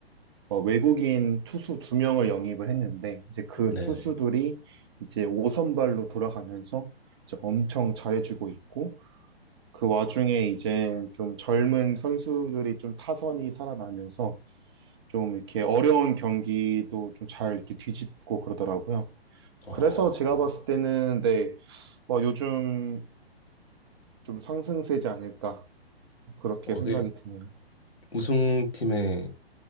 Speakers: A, on the right; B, on the left.
A: 어, 외국인 투수 두 명을 영입을 했는데 이제 그
B: 네네.
A: 투수들이 이제 5선발로 돌아가면서 이제 엄청 잘해주고 있고 그 와중에 이제 좀 젊은 선수들이 좀 타선이 살아나면서 좀 이렇게 어려운 경기도 좀 잘 이렇게 뒤집고 그러더라고요.
B: 어,
A: 그래서 제가 봤을 때는 네, 어, 요즘 좀 상승세지 않을까 그렇게
B: 어,
A: 생각이
B: 그게
A: 드네요.
B: 우승팀의